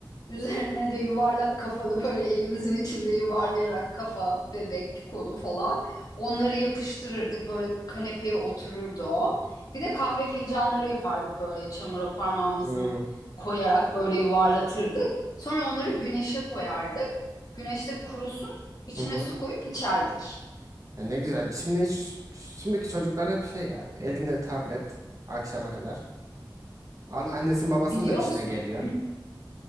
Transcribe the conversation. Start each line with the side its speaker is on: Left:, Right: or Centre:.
Left: Üzerine de yuvarlak kafalı böyle elimizin içinde yuvarlayarak kafa, bebek, kolu falan onları yapıştırırdık. Böyle kanepeye otururdu o. Bir de kahve fincanları yapardık böyle çamura parmağımızın
Right: hı
Left: koyarak böyle yuvarlatırdık. Sonra onları güneşe koyardık. Güneşte kurusun, içine
Right: hı. hı.
Left: su koyup içerdik.
Right: Ya ne güzel. Şimdi hiç- şimdiki çocuklar hep şey ya elinde tablet akşama kadar. An annesinin babasının
Left: Biliyor
Right: da işine
Left: musun?
Right: geliyor.